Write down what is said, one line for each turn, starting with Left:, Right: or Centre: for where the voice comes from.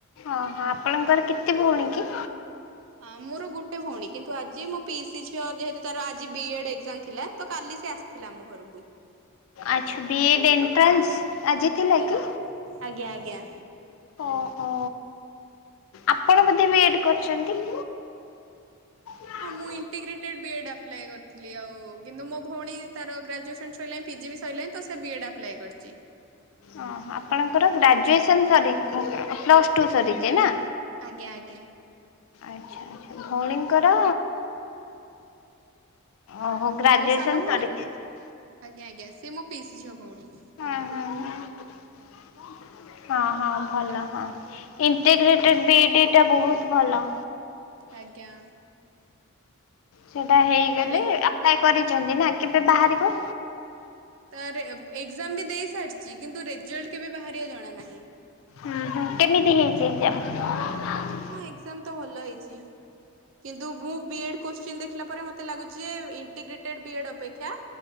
Left: ଓହୋ, ଆପଣଙ୍କର କେତେ ଭଉଣୀ କି?
Right: ହଁ ମୋର ଗୋଟେ ଭଉଣୀ। କିନ୍ତୁ ଆଜି ମୋ ପିଇସି ଝିଅ ଯେହେତୁ ତାର ଆଜି ବି ଏଡ ଏକ୍ଜାମ୍ ଥିଲା ତ କାଲି ସିଏ ଆସ ଥିଲା ଆମ ଘରକୁ।
Left: ଆଚ୍ଛା, ବି ଏଡ୍ ଏଣ୍ଟ୍ରାନ୍ସ, ଆଜି ଥିଲା
Right: ଆଇ
Left: କି?
Right: ଆଜ୍ଞା, ଆଜ୍ଞା।
Left: ଓହୋ! ଆପଣ ବୋଧେ ବି ଏଡ୍ କରିଛନ୍ତି? ହଁ।
Right: ମୁଁ ଇଣ୍ଟିଗ୍ରେଟେଡ୍ ବି ଏଡ୍ ଆପ୍ଲାଏ କରିଥିଲି ଆଉ। କିନ୍ତୁ ମୋ ଭଉଣୀ ତାର ଗ୍ରାଜୁଏସନ୍ ସଇଲାଣି ପିଜି ବି ସଇଲାଣି। ତ ସେ ବି ଏଡ୍ ଆପ୍ଲାଏ କରିଚି।
Left: ଓହୋ! ଆପଣଙ୍କର ଗ୍ରାଜୁଏସନ୍ ସରି ଉଁ, ଉଁ, ହୁଁ, ପ୍ଲସ୍ ଟୁ ସରିଚି ନା?
Right: ଆଜ୍ଞା, ଆଜ୍ଞା।
Left: ଆଚ୍ଛା, ଆଚ୍ଛା, ଭଉଣୀଙ୍କର? ଓହୋ, ଗ୍ରାଜୁଏସନ୍
Right: ମୋ ସାନ ଭଉଣୀର
Left: ସରିଯାଇଛି।
Right: ଆଜ୍ଞା, ଆଜ୍ଞା ସିଏ ମୋ ପିଇସି ଝିଅ ଭଉଣୀ।
Left: ହଁ, ହଁ, ହଁ। ହଁ, ହଁ ଭଲ ହଁ ଇଣ୍ଟିଗ୍ରେଟେଡ୍ ବି ଇଡି ଟା ବହୁତ ଭଲ।
Right: ଆଜ୍ଞା।
Left: ସେଇଟା ହେଇଗଲେ,
Right: ତାରେ
Left: ଆପ୍ଲାଏ କରିଚନ୍ତି ନା କେବେ ବାହାରିବ?
Right: ତାର ଏ ଏକ୍ଜାମ୍ ବି ଦେଇ ସାରିଚି। କିନ୍ତୁ ରେଜଲ୍ଟ କେବେ ବାହାରିବ ଜଣା ନାହିଁ।
Left: ଉଁ, ହୋ କେମିତି ହେଇଛି ଏକ୍ଜାମ୍?
Right: ହଁ ଏଜାମ ତ ଭଲ ହେଇଛି କିନ୍ତୁ ବୁ ବି ଏଡ କୋଶ୍ଚିନ ଦେଖିଲା ପରେ ମତେ ଲାଗୁଛି ଯେ ଇଣ୍ଟିଗ୍ରେଟେଡ ବି ଏଡ୍ ଅପେକ୍ଷା